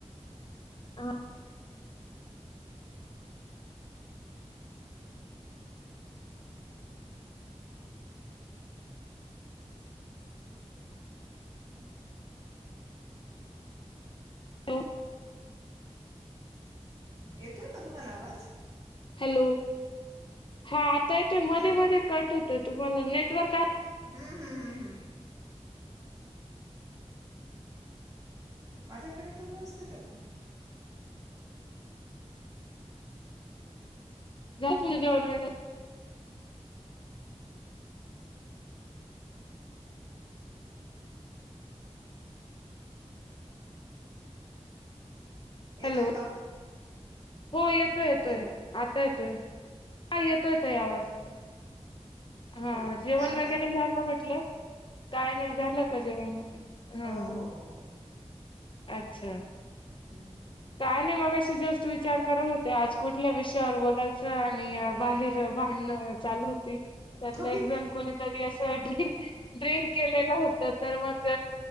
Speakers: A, on the left (about 45°); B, on the right (about 30°).
A: आहा. त <unintelligible>
B: येतोय का तुम्हाला आवाज?
A: हॅलो, हा आता येते मध्ये
B: हॅलो
A: मध्ये कट होतोय तुम्हाला नेटवर्क
B: हम्म हम्म हम्म हम्म. माझ्याकडे त व्यवस्थित आहे पण.
A: नाही तुझ जेवण वेगळं.
B: येतोय
A: हॅलो
B: का?
A: हो येतोय येतोय
B: हॅलो
A: आता येतोय हां येतोय ताई आवाज. हां,
B: बोला
A: जेवण
B: काय म्हणता
A: वेगेरे झालं म्हटलं. काय नाई झालं का जेवण? हम
B: हो हो
A: ह
B: हो हो
A: आच्छा.
B: हा हम हम
A: का नाही मगशी जस्ट विचार करत होते आज कुठल्या विषयावर बोलायचं आणि बाहेर भांडन चालू होती त्यात
B: हं.
A: एक जण कोणीतरी असं ड्रिंक ड्रिंक केलेलं होत तर मग